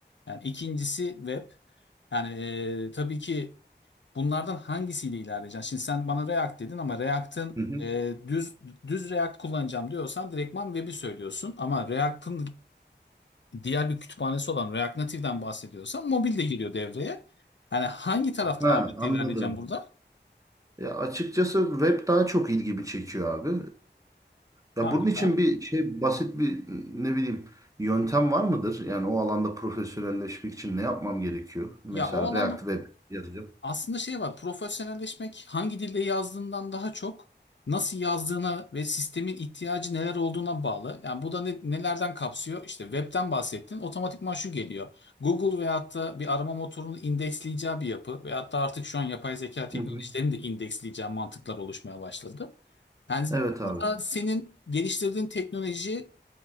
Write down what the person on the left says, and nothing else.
yani ikincisi web. Yani e, tabii ki bunlardan hangisiyle ilerleyeceksin? Şimdi sen bana React dedin ama React'ın
e, düz düz React kullanacağım diyorsan direktman web'i söylüyorsun. Ama React'ın diğer bir kütüphanesi olan React Native'den bahsediyorsan mobil de giriyor devreye. Yani hangi tarafta
ağırlıklı
ilerleyeceğim burada?
Harika.
Ya o alanda
aslında şey var. Profesyonelleşmek hangi dilde yazdığından daha çok nasıl yazdığına ve sistemin ihtiyacı neler olduğuna bağlı. Yani bu da ne- nelerden kapsıyor? İşte webten bahsettin. Otomatikman şu geliyor. Google veyahut da bir arama motorunu indeksleyeceği bir yapı veyahut da artık şu an yapay zeka teknolojilerinin
de indeksleyeceği mantıklar oluşmaya başladı. Yani
burada senin geliştirdiğin teknoloji